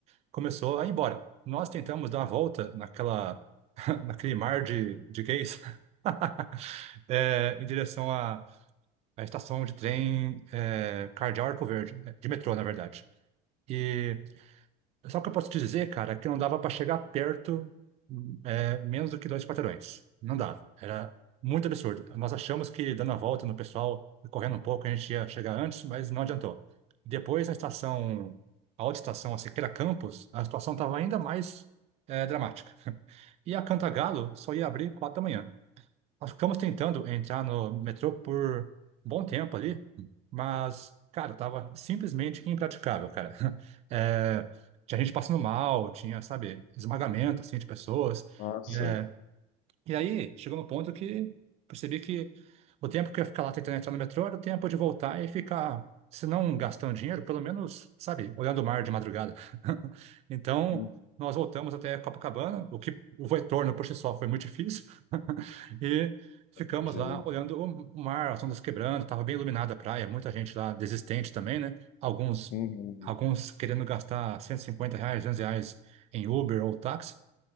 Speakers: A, on the right (about 35°); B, on the left (about 45°).
A: <laughs> começou a ir embora. Nós tentamos dar uma volta naquela, <laughs> naquele mar de, de gays, <laughs> é, em direção à, à estação de trem é, Cardeal Arco Verde, de metrô, na verdade. e só o que eu posso te dizer, cara, é que não dava para chegar perto, é, menos do que dois quarteirões. Não dava. Era muito absurdo. Nós achamos que dando a volta no pessoal, correndo um pouco, a gente ia chegar antes, mas não adiantou. Depois, na estação, a outra estação, a Siqueira Campos, a situação estava ainda mais, é, dramática. E a Cantagalo só ia abrir quatro da manhã. Nós ficamos tentando entrar no metrô por um bom tempo ali, mas, cara, tava simplesmente impraticável, cara. <laughs> É, tinha gente passando mal, tinha, sabe, esmagamento, assim, de pessoas.
B: Nossa,
A: É, e aí, chegou no ponto que percebi que o tempo que eu ia ficar lá tentando entrar no metrô era o tempo de voltar e ficar, se não gastando dinheiro, pelo menos, sabe, olhando o mar de madrugada. <laughs> Então,
B: hum,
A: nós voltamos até Copacabana, o que o retorno por si só foi muito difícil, <laughs> e ficamos
B: imagina.
A: lá olhando o o mar, as ondas quebrando, estava bem iluminada a praia, muita gente lá desistente também, né? Alguns,
B: Uhum.
A: alguns querendo gastar 150 reais, 200 reais em Uber ou táxi.